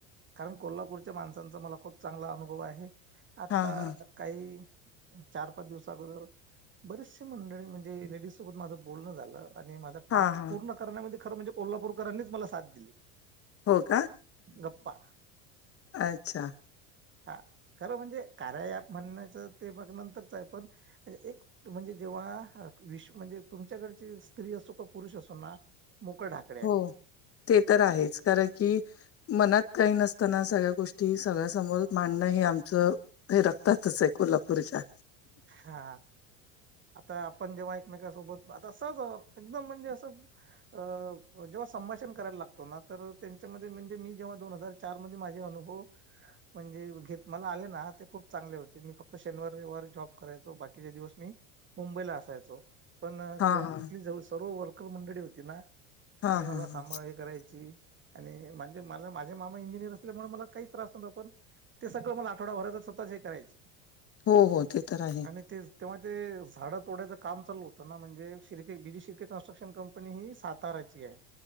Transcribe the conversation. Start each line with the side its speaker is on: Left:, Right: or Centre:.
Right: कारण कोल्हापूरच्या माणसांचा मला खूप चांगला अनुभव आहे. आता
Left: हा हा
Right: काही, चार पाच दिवसा आगोदर बरेचसशी मंडळी म्हणजे लेडीज सोबत माझं बोलणं झालं, आणि माझा
Left: हा
Right: टास्क
Left: हा
Right: पूर्ण रण्या मधे खरं म्हणजे कोल्हापूरकरांनीच मला साथ दिली.
Left: हो का?
Right: गप्पा
Left: अच्छा!
Right: हा, खरं म्हणजे कार्या ॲप म्हणण्याचं ते मग नंतरच आहे, पण एक म्हणजे जेव्हा, विश म्हणजे तुमच्याकडचे स्त्री असो कख पुरुष असो ना मोकळ डाक
Left: हो, ते तर आहेच, कारण की मनात काही नसताना, सगळ्या गोष्टी सगळ्यासमोर मांडणं, हे आमचं हे रक्तातच आहे कोल्हापूरच्या.
Right: हा. आता आपण जेव्हा एकमेकसोबत, आता सहजच एकदम म्हणजे असं अ जेव्हा संभाषण करायला लागतो ना तर, त्यांच्यामध्ये म्हणजे मी जेव्हा दोन हजार- चार मध्ये माझे अनुभव म्हणजे घेत मला आले ना, ते खूप चांगले होते. मी फक्त शनिवार वार जॉब करायचो, बाकीचे दिवस मी मुंबईला असायचो, पण
Left: हा
Right: ते
Left: हा
Right: तिथली जवळ सर्व वर्कर मंडळी होती ना-
Left: हा
Right: ते मला
Left: हा हा
Right: सांभाळ हे करायची. आणि, म्हणजे, मला माझे मामा इंजिनिअर असले म्हणून मला काहीच त्रास नव्हता, पण ते सगळं मला आठवडाभरतच स्वतःच हे करायचे,
Left: हो हो ते तर आहे.
Right: आणि ते तेव्हा ते झाडं तोडाचं काम चालू होतं ना, म्हणजे Shirke BG Shirke construction company ही साताराची आहे. <inaudible>